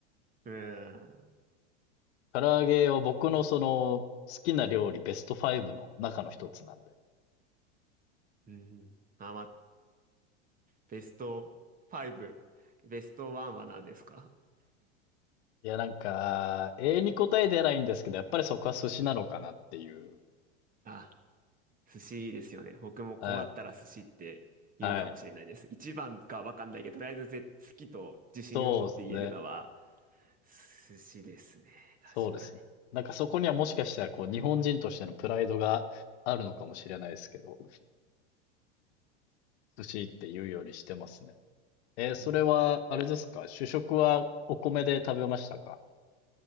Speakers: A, on the right; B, on the left.
A: うーん。
B: 唐揚げは僕のその、好きな料理ベスト5の中の一つなんで。
A: うん。あ、ま、ベスト5、ベスト1は何ですか
B: いや、なんか、永遠に答え出ないんですけど、やっぱりそこは寿司なのかなっていう。
A: <laughs> あ、寿司ですよね。僕も困ったら寿司って言うかもしれないです。
B: はい。はい。
A: 一番かわかんないけど、とりあえずぜ好きと自信を持って言えるのは
B: そうですね。
A: 寿司ですね。確かに。
B: そうですね。なんかそこにはもしかしたら、こう、日本人としてのプライドがあるのかもしれないですけど、寿司って言うようにしてますね。えーそれは、
A: うん。
B: あれですか主食はお米で食べましたか